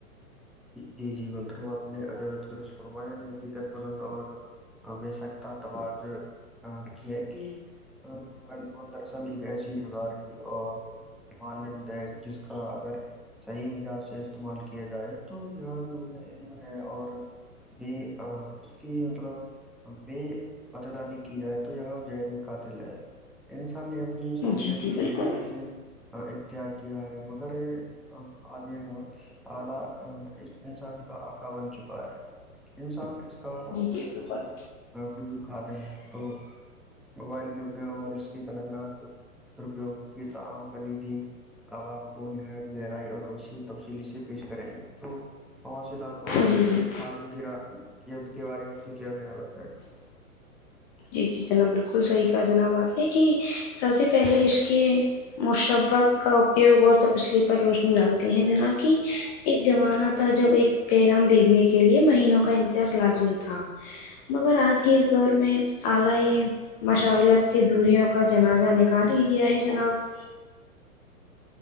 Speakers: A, in the centre; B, on the left (about 30°).
A: جی جی منترما آپ نے درست فرمایا نہیں حقیقت پسند اور بیے سکتا توج یہ ہے کہ موبائل دراصل ایک ایسی ازاری اور ماند جس کا اگر صحیح مزاج سے استعمال کیا جائے تو یہاں ن علم ہے اور <unintelligible> بھی آ کی مطلب بھی پتداری کی جائے تو یہاں جین قاتل ہے انسان نے اپنی سہوولت
B: جی جی
A: کے
B: بالکل
A: لیے اسے اختار کیا ہے مگر یہ آجے اعلہ <inaudible> انسان کا آکا بن چکا ہے انسان اس کا
B: جی جی
A: فمس
B: بالکل
A: <inaudible> نفو بھی کھاتے ہیں تو موبائل کے اپیوگ اور اس کی خطرناک <inaudible> درپیوگ کی تام کلیدی <inaudible> اواب کو نہایت گہرائی اور وسیع تفصیلی سے پیش کریں گے تو مواصلات اور
B: جی جی
A: عالم گاد کے بارے میں بھی کیا خیالات ہے <inaudible>
B: جی جی جناب بالکل صحیح کہا جناب آپ نے کہ سب سے پہلے اس کے مشبت <inaudible> کا اپیوگ اور تپسلی پر روشنی ڈالتی ہے جنا کی ایک زمانہ تھا جب ایک پیغام بھیجنے کے لیے مہینوں کا انتظار لازمی تھا مگر آج کے اس دور میں جناب <unintelligible>